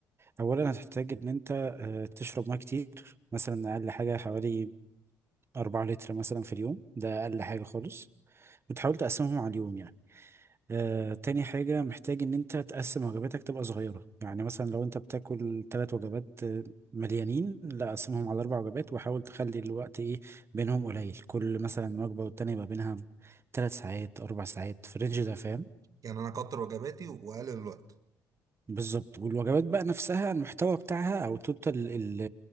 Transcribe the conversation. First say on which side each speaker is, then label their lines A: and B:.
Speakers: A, on the right (about 35°); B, on the right (about 50°).
A: اولا هتحتاج ان انت آه، تشرب ميه كتير مثلا اقل حاجه حوالي 4 لتر مثلا في اليوم ده اقل حاجه خالص وتحاول تقسمهم على اليوم يعني آه، تاني حاجة محتاج إن أنت تقسم وجباتك تبقى صغيرة يعني مثلا لو أنت بتاكل تلات وجبات آه، مليانين لا قسمهم على أربع وجبات وحاول تخلي الوقت إيه بينهم قليل كل مثلا وجبة والتانية يبقى بينها تلات ساعات أربع ساعات في الرينج ده فاهم
B: يعني انا اكتر وجباتي واقلل الوقت
A: بالظبط والوجبات بقى نفسها المحتوى بتاعها او توتال ال-